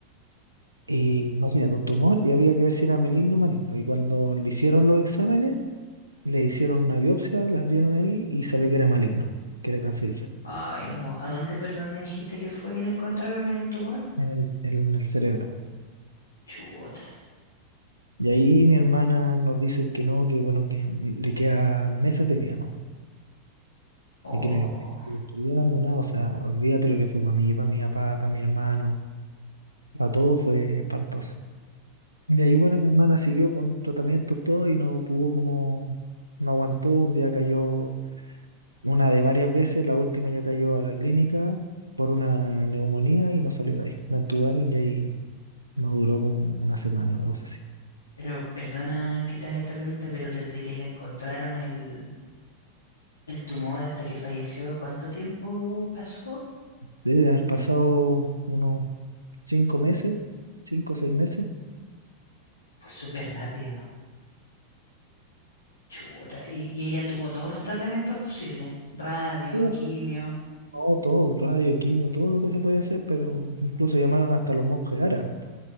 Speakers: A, on the right (about 85°); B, on the left (about 70°).
A: Y imagínate, un tumor y había que ver si era maligno o maligno. Y cuando le hicieron los exámenes, le hicieron una biopsia, la abrieron ahí y salió que era maligno, que era cancerígeno
B: ay, no. ¿A dónde, perdón, me dijiste que fue que le encontraron el tumor?
A: en el, en el cerebro.
B: Chuta.
A: Y ahí mi hermana nos dicen que no, que bueno, que le quedan meses de vida, ¿no?
B: Oh,
A: Y que no iba a seguir estudiando, nada, o sea, olvídate lo que fue para mí, para mi papá, para mi hermano, para todo fue espantoso. De ahí, bueno, mi hermana siguió con tratamiento todo y no pudo como, no aguantó, un día cayó, una de varias veces, la última ya cayó a la clínica por una neumonía y no salió de ahí. La entubaron y ahí no duró como una semana, una cosa así.
B: pero perdona que te haga esta pregunta, pero desde que le encontraron el, el tumor hasta que falleció, ¿cuánto tiempo pasó?
A: Debe haber pasado unos cinco meses, cinco o seis meses.
B: Fue súper rápido. Chuta, y, y ella tuvo todos los tratamientos posibles, radio,
A: Estuvo,
B: quimio.
A: pues, todo, todo, radio, quimio, todo lo que se podía hacer, pero incluso llamaron hasta los monjes árabes,